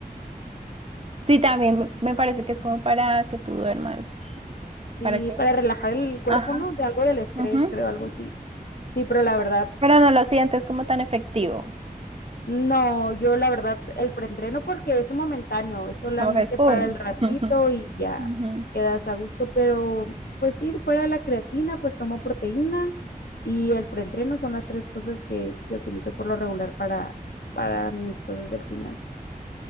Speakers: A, on the right; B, on the left.
A: Sí, también me me parece que es como para que tú duermas,
B: sí,
A: para que,
B: para relajar el cuerpo,
A: ajá,
B: ¿no? De algo del estrés,
A: ujú.
B: creo, algo así. Sí, pero la verdad,
A: Pero no lo sientes como tan efectivo.
B: no, yo la verdad, el preentreno porque es momentáneo, es solamente
A: Como iPhone.
B: para el ratito
A: <laughs>
B: y ya
A: Ujú.
B: quedas a gusto, pero pues sí, fuera de la creatina, pues tomo proteína y el preentreno son las tres cosas que, que utilizo por lo regular para, para mis cosas del gimnasio.